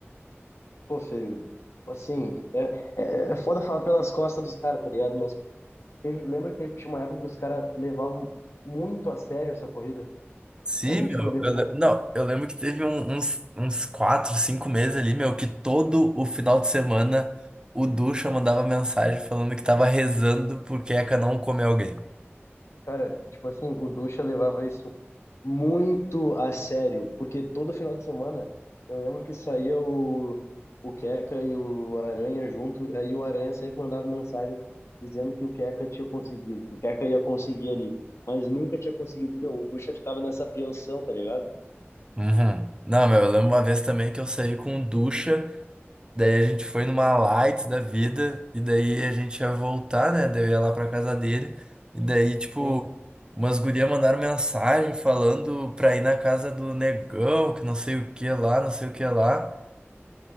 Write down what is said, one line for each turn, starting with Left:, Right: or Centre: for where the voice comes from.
Left: Pô, feio. Tipo assim, é, é, é foda falar pelas costas dos caras, tá ligado? Mas teve, lembra que teve, tinha uma época que os caras levavam muito a sério essa corrida?
Right: Sim,
Left: Ali,
Right: meu.
Left: tipo, depois
Right: eu le- não, eu lembro que teve um- uns, uns quatro, cinco meses ali, meu, que todo o final de semana o Ducha mandava mensagem falando que tava rezando porque a Queca não come alguém.
Left: Cara, tipo assim, o Ducha levava isso muito a sério, porque todo final de semana eu lembro que saía o, o Queca e o Aranha junto, aí o Aranha sempre mandava mensagem dizendo que o Queca tinha conseguido, que o Queca ia conseguir ali, mas nunca tinha conseguido. Meu, o Ducha ficava nessa apreensão, tá ligado?
Right: Uhum. Não, meu, eu lembro uma vez também que eu saí com ducha, daí a gente foi numa light da vida, e daí a gente ia voltar, né? Daí eu ia lá pra casa dele, e daí, tipo,
Left: Sim.
Right: umas gurias mandaram mensagem falando pra ir na casa do negão, que não sei o que lá, não sei o que lá.